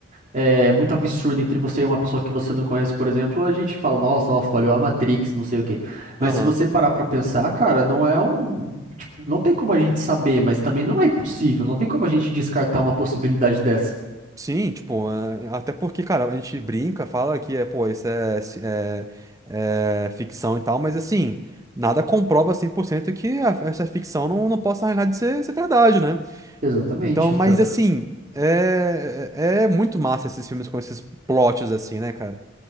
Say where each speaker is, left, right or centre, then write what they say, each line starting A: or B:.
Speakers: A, on the right; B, on the right.
A: é, muito absurda entre você e uma pessoa que você não conhece, por exemplo, a gente fala, nossa, ó, falhou a Matrix, não sei o quê. Mas
B: Aham.
A: se você parar pra pensar, cara, não é um. Tipo, não tem como a gente saber, mas também não é impossível, não tem como a gente descartar uma possibilidade dessa.
B: Sim, tipo, é, até porque, cara, a gente brinca, fala que é, pô, isso é, ci- é- é ficção e tal, mas assim, nada comprova 100% que a- essa ficção não, não possa, na realidade, ser, ser verdade, né?
A: Exatamente,
B: Então, mas
A: Tan.
B: assim, é, é é muito massa esses filmes com esses plots assim, né, cara?